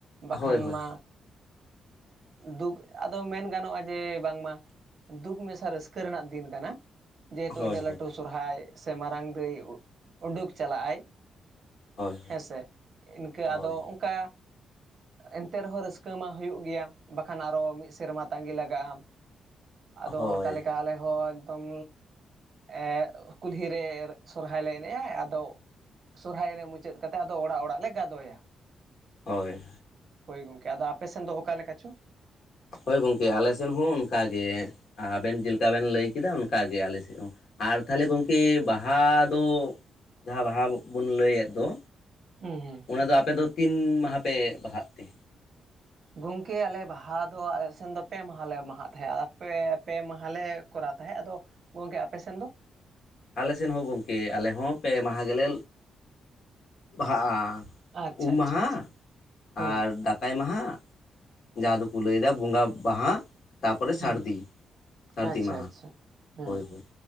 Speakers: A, on the right; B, on the left.
A: ᱵᱟᱠᱷᱟᱱ
B: ᱦᱳᱭ ᱦᱳᱭ
A: ᱢᱟ ᱫᱩᱠ ᱟᱫᱚ ᱢᱮᱱ ᱜᱟᱱᱚᱜ-ᱟ ᱡᱮ ᱵᱟᱝᱢᱟ ᱫᱩᱠ ᱢᱮᱥᱟ ᱨᱟᱹᱥᱠᱟᱹ ᱨᱮᱱᱟᱜ ᱫᱤᱱ ᱠᱟᱱᱟ ᱡᱮᱦᱮᱛᱩ
B: ᱦᱳᱭ
A: ᱤᱱᱟᱹᱜ
B: ᱦᱳᱭ
A: ᱞᱟᱹᱴᱩ ᱥᱚᱨᱦᱟᱭ ᱥᱮ ᱢᱟᱨᱟᱝ ᱫᱟᱹᱭ ᱩᱰᱩᱠ ᱪᱟᱞᱟᱜ-ᱟᱭ
B: ᱦᱳᱭ
A: ᱦᱮᱸᱥᱮ ᱤᱱᱠᱟᱹ
B: ᱦᱳᱭ
A: ᱟᱫᱚ ᱚᱱᱠᱟ ᱮᱱᱛᱮ ᱨᱮᱦᱚᱸ ᱨᱟᱹᱥᱠᱟᱹ ᱢᱟ ᱦᱩᱭᱩᱜ ᱜᱮᱭᱟ᱾ ᱵᱟᱠᱷᱟᱱ ᱟᱨᱚ ᱢᱤᱫ ᱥᱮᱨᱢᱟ ᱛᱟᱸᱜᱤ ᱞᱟᱜᱟᱜ-ᱟ ᱟᱫᱚ
B: ᱦᱳᱭ
A: ᱚᱱᱠᱟ ᱞᱮᱠᱟ ᱟᱞᱮ ᱦᱚᱸ ᱮᱠᱫᱚᱢ ᱮᱜ ᱠᱩᱦᱞᱤ ᱨᱮ ᱥᱚᱨᱦᱟᱭ ᱞᱮ ᱮᱱᱮᱡ-ᱟ ᱟᱫᱚ ᱥᱚᱨᱦᱟᱭ ᱮᱱᱮᱡ ᱢᱩᱪᱟᱹᱫ ᱢᱩᱪᱟᱹᱫ ᱠᱟᱛᱮ ᱟᱫᱚ ᱚᱲᱟᱜ ᱚᱲᱟᱜ ᱞᱮ ᱜᱟᱫᱚᱭᱟ
B: ᱦᱳᱭ
A: ᱦᱳᱭ ᱜᱚᱝᱠᱮ ᱟᱫᱚ ᱟᱯᱮᱥᱱ ᱫᱚ ᱚᱠᱟ ᱞᱮᱠᱟ ᱪᱚ
B: ᱦᱳᱭ ᱜᱚᱝᱠᱮ ᱟᱞᱮᱥᱮᱫ ᱦᱚᱸ ᱚᱱᱠᱟᱜᱮ ᱟᱵᱮᱱ ᱡᱮᱞᱮᱠᱟ ᱵᱮᱱ ᱞᱟᱹᱭ ᱠᱮᱫᱟ ᱚᱱᱠᱟᱜᱮ ᱟᱞᱮᱥᱮᱫ ᱦᱚᱸ ᱟᱨ ᱛᱟᱦᱞᱮ ᱜᱚᱢᱠᱮ ᱵᱟᱦᱟ ᱫᱚ ᱡᱟᱦᱟᱸ ᱵᱟᱦᱟ ᱵᱚᱱ ᱞᱟᱹᱭᱮᱫ ᱫᱚ
A: ᱦᱩᱸ ᱦᱩᱸ
B: ᱚᱱᱟ ᱫᱚ ᱟᱯᱮ ᱫᱚ ᱛᱤᱱ ᱢᱟᱦᱟ ᱯᱮ ᱵᱟᱦᱟᱜ ᱛᱮ
A: ᱜᱚᱢᱠᱮ ᱟᱞᱮ ᱵᱟᱦᱟ ᱫᱚ ᱟᱞᱮ ᱥᱮᱱ ᱫᱚ ᱯᱮ ᱢᱟᱦᱟᱞᱮ ᱢᱟᱦᱟᱜ ᱛᱟᱦᱮᱸᱫ ᱯᱮ ᱢᱟᱦᱮ ᱞᱮ ᱠᱚᱨᱟᱣ ᱛᱟᱦᱮᱸᱫ ᱟᱫᱚ ᱜᱚᱝᱠᱮ ᱟᱯᱮᱥᱮᱱ ᱫᱚ
B: ᱟᱞᱮ ᱥᱮᱱ ᱦᱚᱸ ᱜᱚᱝᱠᱮ ᱟᱞᱮ ᱦᱚᱸ ᱯᱮ ᱢᱟᱦᱟ ᱜᱮᱞᱮ ᱵᱟᱦᱟᱜᱼᱟ
A: ᱟᱪᱪᱷᱟ
B: ᱩᱢ
A: ᱟᱪᱪᱷᱟ
B: ᱢᱟᱦᱟ
A: ᱟᱪᱪᱷᱟ ᱦᱩᱸ
B: ᱟᱨ ᱫᱟᱠᱟᱭ ᱢᱟᱦᱟ ᱡᱟᱦᱟᱸ ᱫᱚᱠᱚ ᱞᱟᱹᱭ ᱫᱟ ᱵᱚᱸᱜᱟ ᱢᱟᱦᱟ ᱛᱟᱯᱚᱨᱮ ᱥᱟᱹᱨᱫᱤ
A: ᱦᱩᱸ
B: ᱥᱟᱹᱨᱫᱤ
A: ᱟᱪᱪᱷᱟ
B: ᱢᱟᱦᱟ
A: ᱟᱪᱪᱷᱟ ᱦᱩᱸ
B: ᱦᱳᱭ ᱦᱳᱭ